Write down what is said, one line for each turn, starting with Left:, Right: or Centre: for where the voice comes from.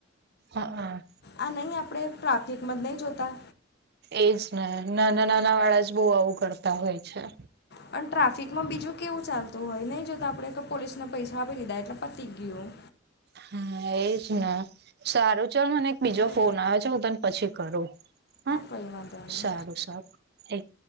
Right: હા.
Left: આ નહી આપણે ટ્રાફિકમાં જ નહી જોતા?
Right: એજ ને નાના નાના વાળા જ બહુ આવું કરતા હોય છે.
Left: પણ ટ્રાફિક માં બીજું કેવું ચાલતું હોય નહી જો તો આપડે પોલીસને પૈસા આપી દીધા એટલે પતી ગયું.
Right: હા એજ ને, સારું ચાલ મને એક બીજો
Left: તો
Right: ફોન આવે છે હું તને પછી કરું. હા
Left: કંઈ વાંધો નહીં
Right: સારું સારું, એક